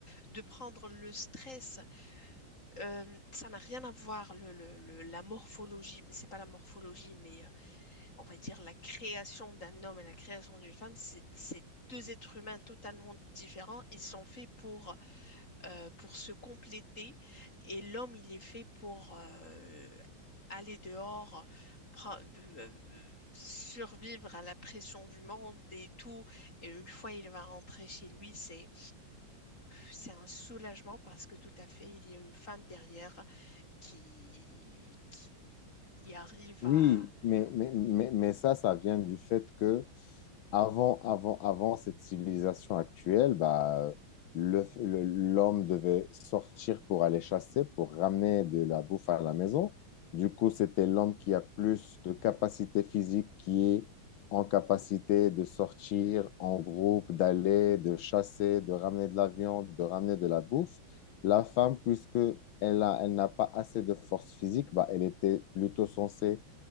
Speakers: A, on the left (about 35°); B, on the left (about 75°).
A: de prendre le stress. Euh, ça n'a rien à voir le, le- le- la morphologie, mais c'est pas la morphologie, mais euh, on va dire la création d'un homme et la création d'une femme, c'est c'est deux êtres humains totalement différents. Ils sont faits pour euh, pour se compléter. Et l'homme, il est fait pour euh, aller dehors, pre- euh, survivre à la pression du monde et tout. Et une fois il va rentrer chez lui, c'est c'est un soulagement parce que tout à fait, il y a une femme derrière qui, qui, qui arrive
B: Oui,
A: à...
B: mais, mais, mais, mais ça, ça vient du fait que avant, avant, avant cette civilisation actuelle, bah, le, le- l'homme devait sortir pour aller chasser, pour ramener de la bouffe à la maison. Du coup, c'était l'homme qui a plus de capacité physique, qui est en capacité de sortir en groupe, d'aller, de chasser, de ramener de la viande, de ramener de la bouffe. La femme, puisque elle a, elle n'a pas assez de force physique, bah, elle était plutôt censée